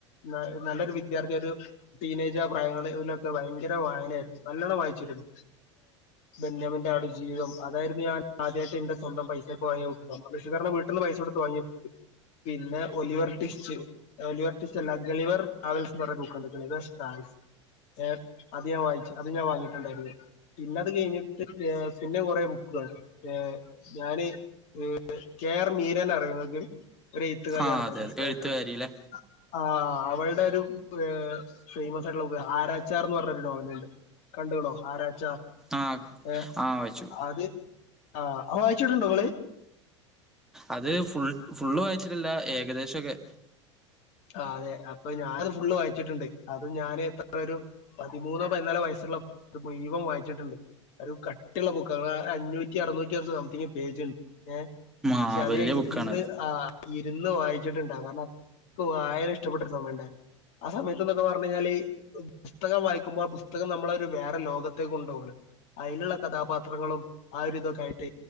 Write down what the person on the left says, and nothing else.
ന നല്ലൊരു വിദ്യാർത്ഥി ഒരു ടീനേജ് ആ പ്രായങ്ങളിൽ <inaudible> ഭയങ്കര വായനായിരുന്നു നല്ലോണ്ണം വായിച്ചിരുന്നു ബെന്യാമിന്റെറെ ആടുജീതം അതായിരുന്നു ഞാൻ ആദ്യമായിട്ട് എന്റെ സ്വന്തം പൈസക്ക് വാങ്ങിയ ബുക്ക് സ്വന്തം പൈസേന്ന് പറഞ്ഞ വീട്ടിൽന്ന് പൈസ കൊടുത്ത് വാങ്ങിയ ബുക്ക് പിന്നെ ഒലിവർ ട്വിസ്റ്റ്‌ ഒലിവർ ട്വിസ്റ്റ്‌ അല്ല ഗളിവർ ട്രാവൽസ് എന്ന് പറഞ ബുക്കുണ്ട് ട്രാൻസ് ഏഹ് അത്ഞാ വായിച്ച് അതും ഞാൻ വാങ്ങിട്ടുണ്ടായിരുന്നു പിന്നെ അത് കഴിഞ്ഞിട്ട് ഏഹ് പിന്നെ കുറെ ബുക്കുകൾ ഏഹ് ഞാനി ഉം കെ ആർ മീരനെ അറിയോ ഇങ്ങക്ക് ഒരു എഴുത്തുകാരിയാണ്
പ്രശസ്തായിട്ടുള്ള
ആ അവള്ടെ ഒരു ഏഹ് ഫേമസ് ആയിട്ടുള്ള ബുക്ക്‌ ആരാച്ചാർന്ന് പറഞ്ഞൊരു നോവലുണ്ട് കണ്ടുകണോ ആരാച്ചാർ
ഏഹ്
അത് ആഹ് അപ്പ വായിച്ചിട്ടുണ്ടോ ഇങ്ങള്
ആ അതെ അപ്പൊ ഞാനത് ഫുള്ള് വായിച്ചിട്ടുണ്ട് അതും ഞാന് ഇപ്പ എത്ര ഒരു പതിമൂന്നോ പതിനാലോ വയസ്സുള്ളപ്പോ മുഴുവൻ വായിച്ചിട്ടുണ്ട് ഒരു കട്ടിയുള്ള ബുക്കാണ് അഞ്ഞൂറ്റി അറുന്നൂറ്റി സംതിങ് പേജുണ്ട് ഏഹ് പക്ഷെ
അത്
ഞാനിരുന്ന്
ആഹ് ഇരുന്ന് വായിച്ചിട്ടുണ്ട് കാരണം വായന ഇഷ്ടപ്പെട്ടരു സമയുണ്ടായിരുന്നു ആ സമയത്തുന്നൊക്കെ പറഞ്ഞു കഴിഞ്ഞാല് പുസ്തകം വായിക്കുമ്പോ ആ പുസ്തകം നമ്മളെയൊരു വേറെ ലോകത്തെ കൊണ്ട് പോകാണ് അയിലുള്ള കഥാപാത്രങ്ങളും ആ ഒരിതൊക്കെയായിട്ട്